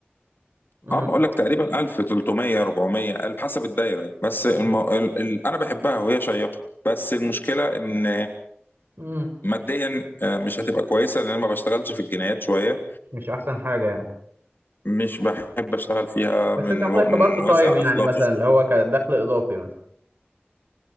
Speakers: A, on the right; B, on the left.
A: امم
B: اه بقول لك تقريبا 1000 300 400 1000 حسب الدايرة بس الم...
A: امم
B: ال... ال... انا بحبها وهي شيقة بس المشكلة ان
A: أمم.
B: ماديا آه، مش هتبقى كويسة لان انا ما بشتغلش في الجنايات شوية
A: مش احسن حاجه يعني
B: مش بحب اشتغل فيها
A: بس
B: من
A: انت واخدها
B: و...
A: كبارت
B: من وازع
A: تايم يعني
B: اخلاقي
A: مثلا
B: شوية
A: اللي هو كدخل اضافي مثلا